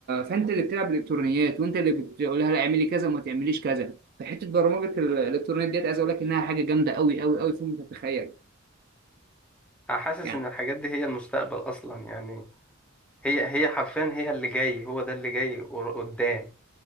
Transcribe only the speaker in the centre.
حاسس
ان الحاجات دي هي المستقبل اصلا يعني هي هي حرفيا هي اللي جاي هو ده اللي جاي ور- قدام